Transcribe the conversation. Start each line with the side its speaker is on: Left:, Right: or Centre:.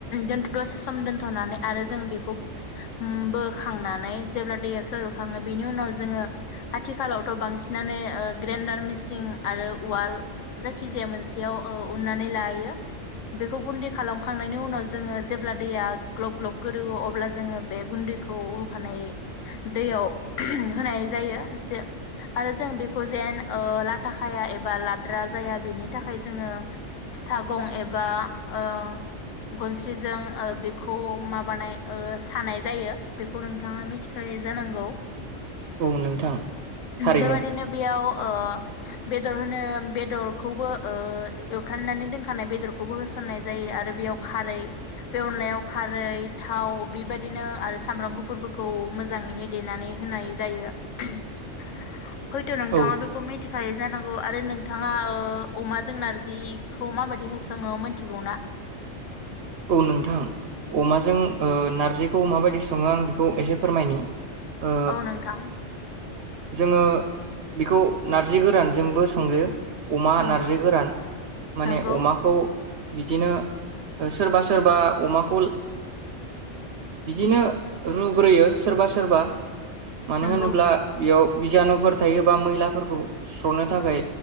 Left: दोन दसे सम दोन्थनानै आरो जों बेखौ बोखांनानै जेब्ला दैया सोरुखाङो बेनि उनाव जोङो आथिखालावथ बांसिनानो ग्रेन्डार मिसिं आरो उवाल जायखि जाया मोनसेयाव उन्नानै लायो बेखौ गुन्दै खालामखांनायनि उनाव जोङो जेब्ला दैया ग्लब ग्लब गोदोवो अब्ला जोङो बे गुन्दैखौ होफानाय दैयाव होनाय जायो आरो जों बेखौ जेन ओ ला खाया एबा लाद्रा जाया बेनि थाखाय जोङो सागं एबा ओ गनस्रिजों ओ बेखौ माबानाय सानाय जायो बेखौ नोंथाङा मिथिखायो जानांगौ
Right: औ नोंथां थारैनो
Left: बेबायादिनो बेयाव ओ बेदर हो बेदरखौबो एवफ्रामनानै दोनखानाय बेदरखौबो होसननाय जायो आरो बेयाव खारै बे अनलायाव खारै रै थाव बेबदिनो आरो सामब्राम गुफुरफोरखौ मोजाङैनो देनानै होनाय जायो हयथ नोंथाङा
Right: औ
Left: बेखौ मिथि खायो जानांगौ आरो नोंथाङा अमाजों नारजिखौ माबायदिहाय सङो मिथिगौ ना
Right: औ नोंथां अमाजों नारजिखौ माबायदि सङो आं बेखौ एसे फोरमायनि ओ
Left: औ नोंथां
Right: जोङो बेखौ नारजि गोरानजोंबो संजायो अमा
Left: नंगौ
Right: नारजि गोरान माने
Left: नंगौ
Right: अमाखौ बिदिनो सोरबा सोरबा अमाखौ बिदिनो रुग्रोयो सोरबा सोरबा मानो
Left: नंगौ
Right: होनोब्ला बेयाव बिजानुफोर थायोबा मैलाफोरखौ सुस्रनो थाखाय